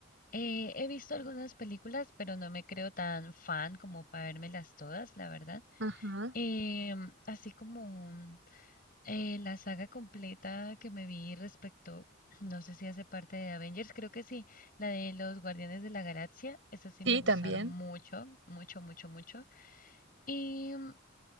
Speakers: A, on the left; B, on the right.
A: eh, he visto algunas películas, pero no me creo tan fan como para vérmelas todas, la verdad.
B: Ajá.
A: Em, así como Eh, la saga completa que me vi respecto, <clears throat> no sé si hace parte de Avengers, creo que sí, la de los Guardianes de la Galaxia, esas sí
B: Sí,
A: me gustaron
B: también.
A: mucho, mucho, mucho, mucho. Y mm,